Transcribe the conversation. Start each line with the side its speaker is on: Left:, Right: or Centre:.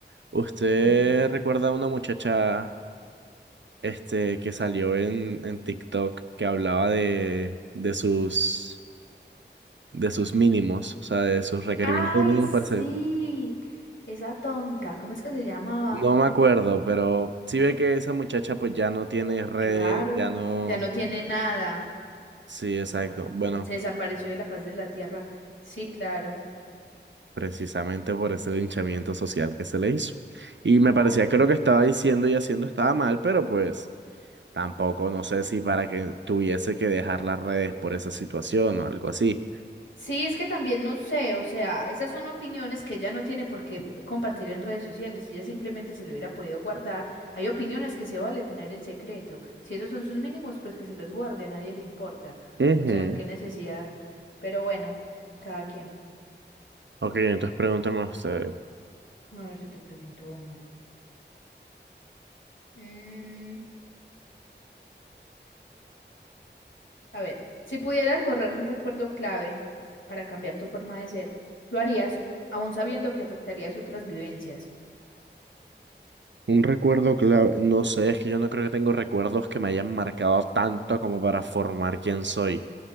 Right: ¿Usted
Left: A ver.
Right: recuerda a una muchacha? este, que salió en, en TikTok que hablaba de, de sus, de sus mínimos, o sea, de sus requerimientos
Left: Ay,
Right: mínimos
Left: sí,
Right: para ser-
Left: esa tonta, ¿cómo es que se llamaba?
Right: No me acuerdo, pero sí ve que esa muchacha pues ya no tiene redes,
Left: Claro,
Right: ya no...
Left: ya no tiene nada.
Right: Sí, exacto.
Left: Nada,
Right: Bueno,
Left: Se desapareció de la faz de la tierra. Sí, claro.
Right: precisamente por ese linchamiento social que se le hizo. Y me
Left: Claro.
Right: parecía que lo que estaba diciendo y haciendo estaba mal, pero pues... Tampoco no sé si para que tuviese que dejar las redes por esa situación o algo así.
Left: Sí, es que también no sé, o sea, esas son opiniones que ella no tiene por qué compartir en redes sociales, si ella simplemente se lo hubiera podido guardar. Hay opiniones que se vale tener en secreto. Si esos son sus mínimos, pues que se los guarde, a nadie le importa.
Right: Ujú.
Left: O sea, qué necesidad. Pero bueno, cada quien.
Right: Ok, entonces pregúntame usted.
Left: A ver, yo te pregunto uno. Mm, a ver, si pudieras borrar un recuerdo clave para cambiar tu forma de ser, ¿lo harías aún sabiendo que afectarías otras vivencias?
Right: Un recuerdo clave. No sé, es que yo no creo que tengo recuerdos que me hayan marcado tanto como para formar quién soy.